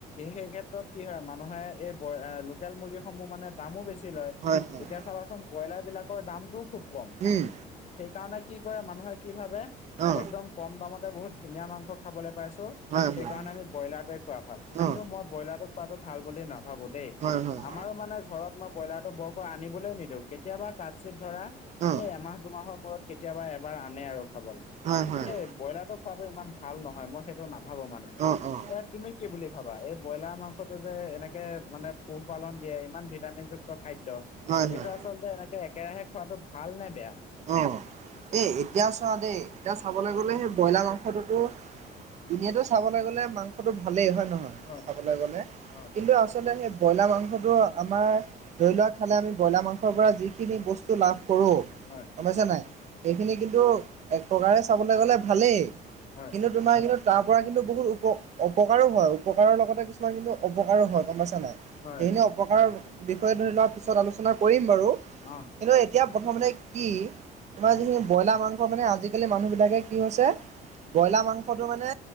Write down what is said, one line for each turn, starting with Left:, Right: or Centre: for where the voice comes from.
Left: সেই ক্ষেত্ৰত কি হয় মানুহে এই ব লোকেল মুৰ্গী সমূহ মানে। দামো বেছি লয়
Right: অ হয় হয়
Left: এতিয়া চাবাচোন ব্ৰইলাৰ বিলাকৰ দামটোও খুব কম।
Right: উম
Left: সেইকাৰণে কি কৰে মানুহে কি ভাবে
Right: অ
Left: একদম কম দামত। বহুত ধুনীয়া মাংস খাবলৈ পাইছো
Right: হয়
Left: সেই
Right: হয়
Left: কাৰণে আমি ব্ৰইলাৰটোৱে খোৱা ভাল কিন্তু
Right: অ
Left: মই ব্ৰইলাৰটো। খোৱাটো ভাল বুলি নাভাবো দেই।
Right: হয় হয়
Left: আমাৰো মানে ঘৰত মই। ব্ৰইলাৰটো বৰকৈ আনিবলৈ নিদিও কেতিয়াবা কাঠ চিত ধৰা
Right: অ
Left: এই এমাহ দুমাহৰ মূৰত। কেতিয়াবা এবাৰ আনে আৰু খাবলৈ
Right: হয় হয়
Left: এই ব্ৰইলাৰটো। খোৱাটো ইমান ভাল নহয় মই সেইটো নাভাবো মানে
Right: অ অ
Left: ইয়াত তুমি কি বুলি ভাবা এই। ব্ৰইলাৰ মাংসতো যে এনেকে মানে পোহপালন দিয়ে ইমান ভিটামিন যুক্ত খাদ্য।
Right: হয় হয়
Left: এইটো আচলতে এনেকে একেৰাহে খোৱাাতটো ভাল নে বেয়া।
Right: অ' এই এতিয়া চোৱা দেই এতিয়া চাবলৈ গ'লে সেই ব্ৰইলাৰ মাংসটোতো। ইনেটো চাবলৈ গলে মাংসটো ভালেই হয় নহয়
Left: হয়
Right: চাবলৈ গলে
Left: অ',
Right: কিন্তু আচ। আচল সেই ব্ৰইলাৰ মংসতটো আমাৰ ধৰি লোৱা খালে আমি ব্ৰইলাৰ মাংস। সিহঁতৰ পৰা যিখিনি বস্তু লাভ কৰোঁ।
Left: হয়।
Right: গম পাইছে নাই। সেইখিনি কিন্তু এক প্ৰকাৰে চাবলৈ গ'লে ভালেই।
Left: হয়,
Right: কিন্তু তোমাৰ কিন্তু তাৰ পৰা কিন্তু বহুত উপ অপকাৰো হয় উপ। উপকাৰৰ লগতে কিছুমান কিন্তু অপকাৰো হয় গম পাইছে নাই
Left: হয়,
Right: সেইনে। প্ৰকাৰ বিষয় ধৰি লোৱা পিছত আলোচনা কৰিম বাৰু।
Left: অ'।
Right: কিন্তু এতিয়া প্ৰথমতে কি তোমাৰ যিখিনি ব্ৰইলাৰ মাংস মানে আজিকালি মানুহবিলাকে কি হৈছে। ব্ৰইলাৰ মাংসটো মানে